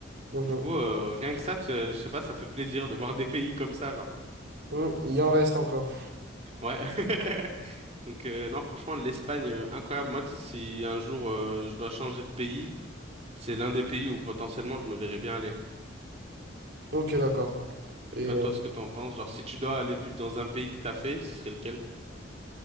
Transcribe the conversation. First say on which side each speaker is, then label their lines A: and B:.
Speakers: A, on the right (about 55°); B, on the right (about 35°).
A: Mhm.
B: Du coup, euh, rien que ça, tu- euh, je sais pas, ça fait plaisir de voir des pays comme ça, genre.
A: Mhm. Il en reste encore.
B: Ouais. <laughs> Donc euh, non, franchement, l'Espagne, euh, incroyable. Moi, tu sais, si un jour euh, je dois changer de pays, c'est l'un des pays où potentiellement je me verrais bien aller.
A: Ok, d'accord.
B: Je
A: Et
B: sais pas
A: euh,
B: toi ce que t'en penses. Genre, si tu dois aller vivre dans un pays qui t'a fait, ce serait lequel?